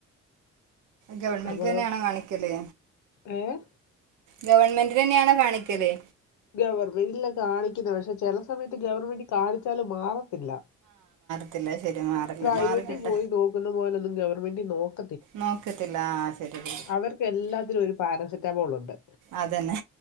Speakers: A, on the right; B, on the left.
A: ഗവൺമെന്റ്
B: നമ്മള്
A: തന്നെയാണോ കാണിക്കല്?
B: ഏഹ്
A: ഗവണ്മെന്റിലെന്നെയാണോ കാണിക്കല്?
B: ഗവർമെന്റിലാ കാണിക്കുന്നെ പക്ഷേ ചില സമയത്ത് ഗവൺമെന്റിൽ കാണിച്ചലും മാറും. ത്തില്ല.
A: <unintelligible> മാറില്ല
B: പ്രൈവറ്റിൽ
A: മാറി കിട്ട
B: പോയി നോക്കുന്ന പോലൊന്ന് ഗവർമെന്റിൽ നോക്ക്
A: നോക്കത്തില്ല ആ ശരി
B: അവർക്ക് എല്ലാത്തിനും ഒരു പാരസെറ്റാമോൾ ഉണ്ട്
A: അതന്നെ